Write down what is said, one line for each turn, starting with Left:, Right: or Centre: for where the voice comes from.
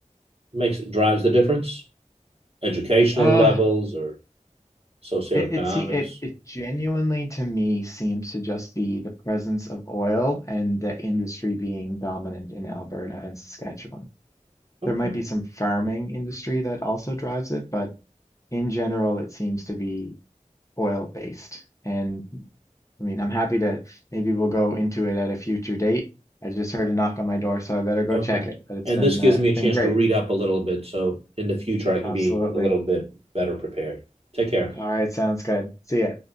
Right: makes it drives the difference? Educational
Left: Uh,
Right: levels or socioeconomics?
Left: it it, se it it genuinely to me seems to just be the presence of oil and the industry being dominant in Alberta and Saskatchewan.
Right: Okay,
Left: There might be some farming industry that also drives it, but in general, it seems to be oil based. And I mean, I'm happy to maybe we'll go into it at a future date. I just heard a knock on my door, so I better go
Right: okay.
Left: check it. But it's
Right: And
Left: been
Right: this gives
Left: uh,
Right: me
Left: it's
Right: a chance
Left: been great.
Right: to read up a little bit, so in the future I can
Left: Absolutely.
Right: be a little bit better prepared. Take care.
Left: All right, sounds good. See ya.